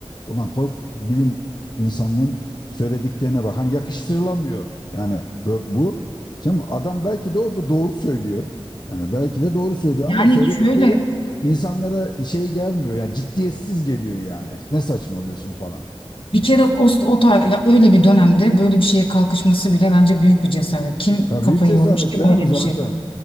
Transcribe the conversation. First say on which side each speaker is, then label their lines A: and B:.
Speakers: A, on the left; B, on the left.
A: ulan koz bilim insanının söylediklerine bak hani yakıştırılamıyor yani bu, bu Şimdi adam belki de o da doğru söylüyor. Yani belki de doğru söylüyor
B: Yani
A: ama söyledikleri
B: şöyle
A: insanlara şey gelmiyor yani ciddiyetsiz geliyor yani. Ne saçmalıyorsun falan.
B: bir kere o, o ta- ya öyle bir dönemde böyle bir şeye kalkışması bile bence büyük bir cesaret. Kim
A: Ya
B: kafayı
A: büyük cesaret
B: yormuş ki
A: canım
B: böyle
A: zaten.
B: bir şey?